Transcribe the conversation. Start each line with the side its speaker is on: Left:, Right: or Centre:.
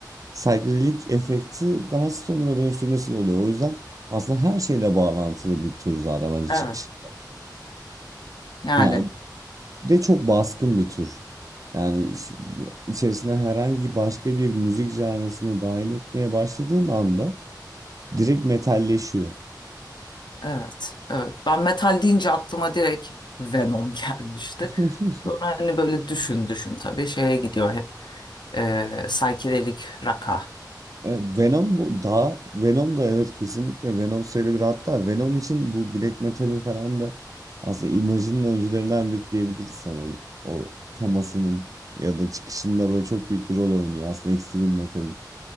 Right: psychedelic efekti daha stoner'a dönüştürmesiyle oluyor. O yüzden aslında her şeyle bağlantılı bir tür zaten bence
Left: Evet.
Right: çıkış.
Left: Yani
Right: Yani de çok baskın bir tür. Yani iş- içerisine herhangi başka bir müzik janrasını dahil etmeye başladığın anda direkt metalleşiyor.
Left: evet. Evet. Ben metal deyince aklıma direkt Venom <laughs> gelmişti.
Right: <laughs>
Left: Sonra hani böyle düşün düşün tabii şeye gidiyor hep. Ee, psychedelic rock'a.
Right: Evet, Venom bu daha Venom da evet kesinlikle Venom sayılabilir. Hatta Venom için bu Black Metal'in falan da aslında imajının öncülerinden biri diyebiliriz sanırım. O temasının ya da çıkışında böyle çok büyük bir rol oynuyor aslında Extreme Metal'in.